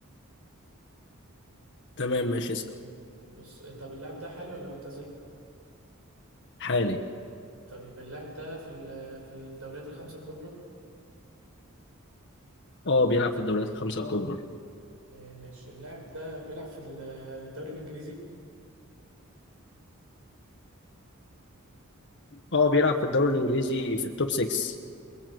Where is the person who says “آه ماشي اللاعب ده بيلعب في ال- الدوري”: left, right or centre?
Right